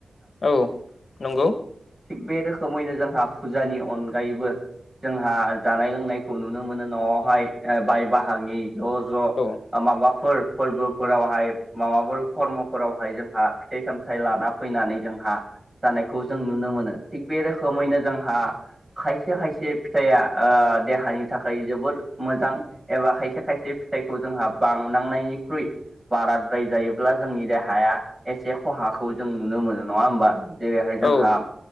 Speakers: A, on the left; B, on the right.
A: औ नंगौ।
B: थिग बे रोखोमैनो जोंहा फुजानि अनगायैबो। जोंहा जानाय लोंनायखौ नुनो मोनो न'वावहाय बाय बाहागि ज' ज'
A: औ
B: माबाफोर फोरबोफोरावहाय माबाफोर करमफोरावहाय जोंहा फिथाइ सामथाइ लाना फैनानै जोंहा जानायखौ जों नुनो मोनो थिग बे रोखोमैनो जोंहा खाय खायसे खायसे फिथाइआ ओ देहानि थाखाय जोबोर मोजां एबा खायसे खायसे फिथाइखौ जों हा बांनांनायनिख्रुइ बाराद्राय जायोब्ला जोंनि देहाया एसे खहाखौ जों नुनो मोनो नङा ओमबा जेरैहाय
A: औ
B: जोंहा